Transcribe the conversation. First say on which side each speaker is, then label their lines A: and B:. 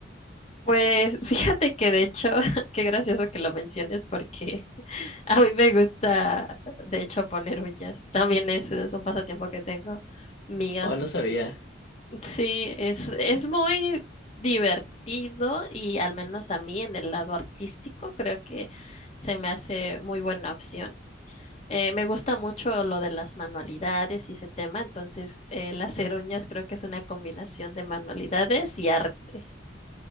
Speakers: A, on the left; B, on the left.
A: Pues <laughs> fíjate que de hecho, <laughs> qué gracioso que lo menciones porque <laughs> a mí me gusta, de hecho, poner uñas. También es, es un pasatiempo que tengo mío.
B: Oh, no sabía.
A: Sí, es, es muy divertido y al menos a mí en el lado artístico creo que se me hace muy buena opción. Eh, me gusta mucho lo de las manualidades y ese tema, entonces eh, las <laughs> hacer uñas creo que es una combinación de manualidades y arte.